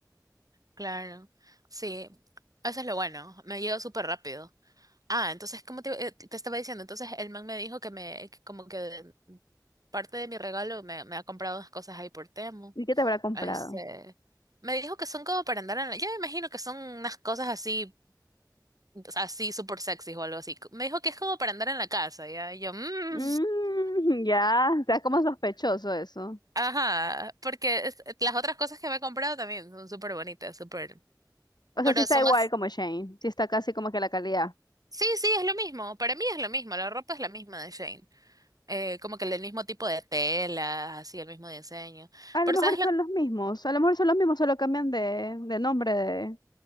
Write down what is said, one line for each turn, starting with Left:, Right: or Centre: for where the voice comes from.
Right: Claro, sí. Eso es lo bueno. Me llegó súper rápido. Ah, entonces, como te, eh, te estaba diciendo, entonces el man me dijo que me, que como que parte de mi regalo me, me ha comprado unas cosas ahí por Temu.
Left: ¿Y qué te habrá comprado?
Right: Este, me dijo que son como para andar en la... Yo me imagino que son unas cosas así, así súper sexy o algo así. Me dijo que es como para andar en la casa, ¿ya? Y yo, "Mm,
Left: Mm, <laughs> ya, está como sospechoso eso.
Right: ajá, porque es- eh, las otras cosas que me he comprado también son súper bonitas, súper...
Left: O
Right: Pero
Left: sea, sí está
Right: son
Left: igual
Right: as-
Left: como Shane, sí está casi como que la calidad.
Right: Sí, sí, es lo mismo. Para mí es lo mismo. La ropa es la misma de Shane. Eh, como que el mismo tipo de tela, así, el mismo diseño.
Left: A
Right: Pero
Left: lo mejor
Right: ¿sabes lo?
Left: son los mismos, a lo mejor son los mismos, solo cambian de, de nombre de,